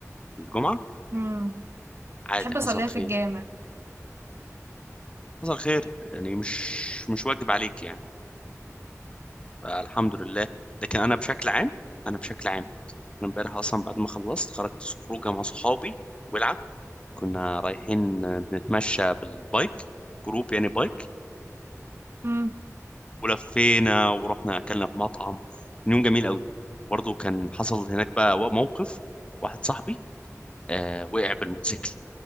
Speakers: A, on the left; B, on the right.
A: الجمعة
B: امم
A: عادي
B: بحب
A: حصل
B: اصليها
A: خير
B: في الجامع
A: حصل خير يعني مش مش واجب عليك يعني فالحمد لله لكن انا بشكل عام انا بشكل عام انا امبارح اصلا بعد ما خلصت خرجت خروجه مع صحابي ولعه كنا رايحين بنتمشى بالبايك جروب يعني بايك
B: امم
A: ولفينا ورحنا اكلنا في مطعم كان يوم جميل قوي برضه كان حصل هناك بقى و- موقف واحد صاحبي آه وقع بالموتوسيكل